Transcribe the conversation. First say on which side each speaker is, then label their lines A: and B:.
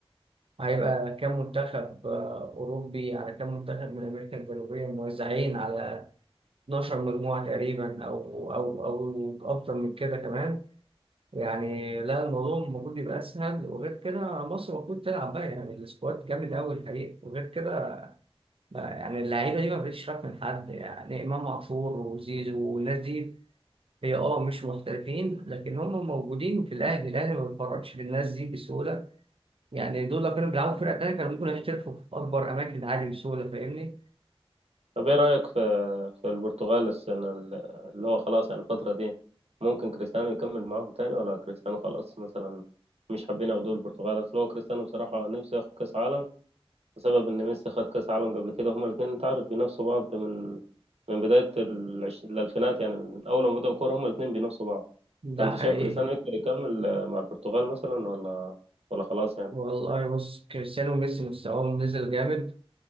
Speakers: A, on the right (about 60°); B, on the right (about 80°).
A: هيبقى كام منتخب آه، أوروبي على كام منتخب من أمريكا الجنوبية موزعين على 12 مجموعة تقريبا أو أو أو أكتر من كده كمان يعني لا الموضوع المفروض يبقى اسهل وغير كده مصر المفروض تلعب بقى يعني السكواد جامد قوي الحقيقه وغير كده ما- يعني اللعيبه دي ما بقتش خايف من حد يعني امام عاشور وزيزو والناس دي هي اه مش محترفين لكن هم موجودين في الاهلي الاهلي ما بيتفرجش في الناس دي بسهوله يعني دول لو كانوا بيلعبوا في فرقه تانيه كانوا ممكن يحترفوا في اكبر اماكن عادي بسهوله فاهمني
B: طب ايه رأيك في في البرتغال السنة ال- اللي هو خلاص يعني الفترة دي ممكن كريستيانو يكمل معاهم تاني ولا كريستيانو خلاص مثلا مش حابين ياخدوه البرتغال اصل هو كريستيانو بصراحة نفسه ياخد كأس عالم بسبب ان ميسي خد كأس عالم قبل كده هما الاتنين انت عارف بينافسوا بعض من من بداية العش- الألفينات يعني من أول ما بدأوا كورة هما الاتنين بينافسوا بعض
A: ده
B: فأنت شايف
A: حقيقي
B: كريستيانو يقدر يكمل آه، مع البرتغال مثلا ولا ولا خلاص يعني
A: والله بص كريستيانو وميسي مستواهم نزل جامد